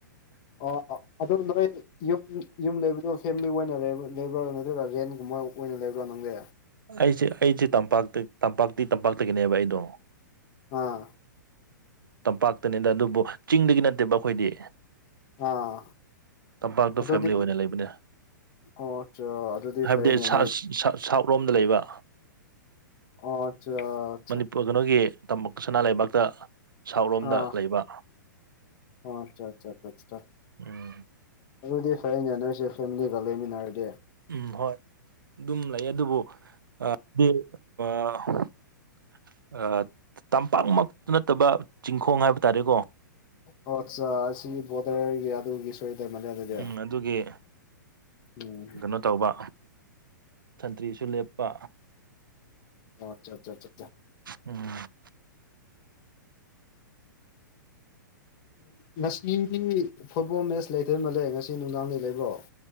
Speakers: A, on the left; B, on the right.
A: ꯑꯣ ꯑ ꯑꯗꯣ ꯅꯣꯏ ꯌꯨꯝ ꯌꯨꯝ ꯂꯩꯕꯗꯣ ꯐꯦꯃꯤꯂꯤ ꯑꯣꯏꯅ ꯂꯩꯕ꯭ꯔꯣ ꯂꯩꯕ꯭ꯔꯣ ꯅꯠꯇ꯭ꯔꯒ ꯔꯦꯟꯒꯨꯝꯕ ꯑꯣꯏꯅ ꯂꯩꯕ꯭ꯔꯥ ꯅꯪ ꯗꯤ
B: ꯑꯩꯁꯦ ꯑꯩꯁꯦ ꯇꯝꯄꯥꯛꯇ ꯇꯝꯄꯥꯛꯇꯤ ꯇꯝꯄꯥꯛꯇꯒꯤꯅꯦꯕ ꯑꯩꯗꯣ
A: ꯑꯥ
B: ꯇꯝꯄꯥꯛꯇꯅꯦꯗ ꯑꯗꯨꯕꯨ ꯆꯤꯡꯗꯒꯤ ꯅꯠꯇꯦꯕ ꯑꯩꯈꯣꯏꯗꯤ
A: ꯑꯥ
B: ꯇꯝꯄꯥꯛꯇ
A: ꯑꯗꯨꯗꯤ
B: ꯐꯦꯝꯃꯂꯤ ꯑꯣꯏꯅ ꯂꯩꯕꯅꯦ
A: ꯑꯣ ꯑꯠꯆꯥ ꯑꯗꯨꯗꯤ ꯐꯩꯅꯦ
B: ꯍꯥꯏꯕꯗꯤ ꯁꯥ
A: ꯅꯣꯏ
B: ꯁꯥ ꯁꯥꯎꯠ ꯂꯣꯝꯗ ꯂꯩꯕ
A: ꯑꯣ ꯑꯠꯆꯥ
B: ꯃꯅꯤꯄꯨꯔ ꯀꯩꯅꯣꯒꯤ ꯇꯝꯕꯛ ꯁꯅꯥ ꯂꯩꯕꯥꯛꯇ ꯁꯥꯎꯠ ꯂꯣꯝꯗ
A: ꯑꯥ
B: ꯂꯩꯕ
A: ꯑꯣ ꯑꯆꯥ ꯑꯆꯥ ꯑꯆꯥꯆꯥ
B: ꯎꯝ
A: ꯑꯗꯨꯗꯤ ꯐꯩꯅꯦ ꯅꯣꯏꯁꯦ ꯐꯦꯃꯤꯂꯤꯒ ꯂꯩꯃꯤꯟꯅꯔꯗꯤ
B: ꯎꯝ ꯍꯣꯏ ꯑꯗꯨꯝ ꯂꯩ ꯑꯗꯨꯕꯨꯗꯤ <unintelligible> ꯑ ꯇꯝꯄꯥꯛ ꯅꯠꯇꯕ ꯆꯤꯡꯈꯣꯡ ꯍꯥꯏꯕ ꯇꯥꯔꯦꯀꯣ
A: ꯑꯣ ꯑꯠꯆꯥ ꯑꯁꯤ ꯕꯣꯔꯗꯔꯒꯤ ꯑꯗꯨꯒꯤ ꯁꯣꯏꯗꯃꯜꯂꯦ ꯑꯗꯨꯗꯤ
B: ꯎꯝ ꯑꯗꯨꯒꯤ
A: ꯎꯝ
B: ꯀꯩꯅꯣ ꯇꯧꯕ ꯁꯟꯇ꯭ꯔꯤꯁꯨ ꯂꯦꯞꯄ
A: ꯑꯣꯆꯥ ꯑꯆꯥꯆꯥꯆꯥ
B: ꯎꯝ
A: ꯉꯁꯤꯗꯤ ꯐꯨꯠꯕꯣꯜ ꯃꯦꯠꯁ ꯂꯩꯗꫭꯏ ꯃꯥꯜꯂꯦ ꯉꯁꯤ ꯅꯨꯡꯗꯥꯡꯗꯤ ꯂꯩꯕ꯭ꯔꯣ